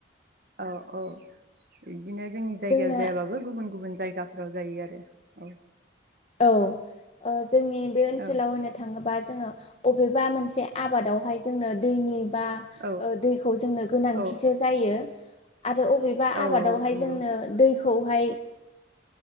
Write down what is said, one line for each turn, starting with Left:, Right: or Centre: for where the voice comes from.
Right: औ औ बिदिनो जोंनि जायगायाव
Left: जोंनो
Right: जायाबाबो गुबुन गुबुन जायगाफ्राव जायो आरो औ
Left: औ ओ। जोंनि बे ओनसोलाव
Right: औ
Left: होनो थाङोबा जोंहा बबेबा मोनसे आबादावहाय जोंनो दैनि बा
Right: औ
Left: ओ दैखौ जोंनो गोनांथिसो
Right: औ
Left: जायो। आरो अबेबा
Right: औ
Left: आबादावहाय
Right: औ नंगौ
Left: जोंनो दै खौहाय